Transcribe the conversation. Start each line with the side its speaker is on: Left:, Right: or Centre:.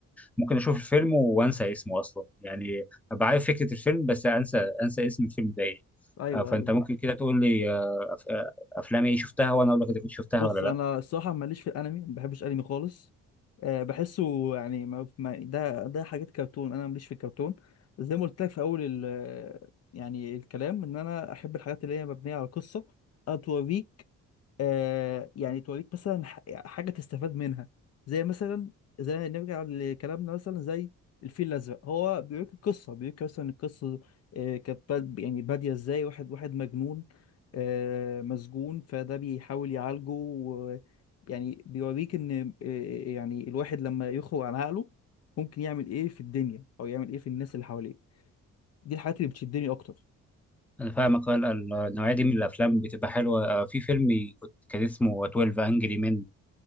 Centre: ممكن اشوف الفيلم وانسى اسمه اصلا يعني ابقى عارف فكره الفيلم بس انسى انسى اسم الفيلم ده ايه
Left: ايوه
Centre: آه، فانت
Left: ايوه
Centre: ممكن كده تقول لي آه، أف- آه، افلام ايه شفتها وانا اقول لك اذا كنت شفتها
Left: بص
Centre: ولا لا
Left: انا الصراحه ماليش في الانمي ما بحبش انمي خالص أه بحسه يعني ما ما ده ده حاجات كرتون انا ماليش في الكرتون زي ما قلت لك في اول ال يعني الكلام ان انا احب الحاجات اللي هي مبنيه على قصه أو توريك آه يعني توريك مثلا ح- حاجة تستفاد منها زي مثلا زي نرجع لكلامنا مثلا زي الفيل الأزرق هو بيوريك القصة بيوريك مثلا القصة آه كانت باد- يعني بادية ازاي واحد واحد مجنون آه مسجون فده بيحاول يعالجه و- يعني بيوريك ان آه يعني الواحد لما يخرج عن عقله ممكن يعمل ايه في الدنيا او يعمل ايه في الناس اللي حواليه دي الحاجات اللي بتشدني اكتر
Centre: انا فاهمك آه، ال- النوعيه دي من الافلام بتبقى حلوه آه، في فيلم كنت- كان اسمه 12 انجري مان